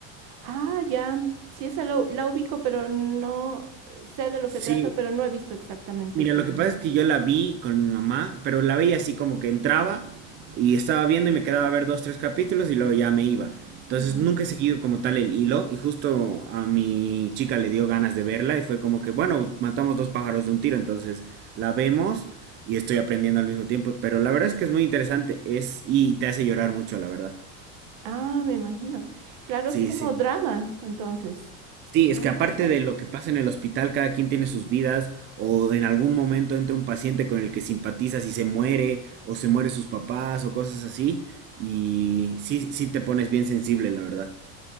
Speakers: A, on the right; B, on the right.
A: Ah, ya. Sí, esa la, la ubico, pero no sé de lo que
B: Sí,
A: trata, pero no he visto exactamente
B: Mira,
A: así.
B: lo que pasa es que yo la vi con mi mamá, pero la veía así como que entraba y estaba viendo y me quedaba a ver dos, tres capítulos y luego ya me iba. Entonces
A: Ujú.
B: nunca he seguido como tal el hilo y justo a mi chica le dio ganas de verla y fue como que, bueno, matamos dos pájaros de un tiro, entonces la vemos y estoy aprendiendo al mismo tiempo, pero la verdad es que es muy interesante, es y te hace llorar mucho, la verdad.
A: Ah, me imagino. Claro,
B: Sí,
A: es como
B: sí.
A: drama, entonces,
B: Sí,
A: ¿no?
B: es que
A: Un
B: aparte
A: poco.
B: de lo que pasa en el hospital, cada quien tiene sus vidas, o en algún momento entra un paciente con el que simpatizas y se muere, o se muere sus papás, o cosas así, y sí, sí te pones bien sensible, la verdad.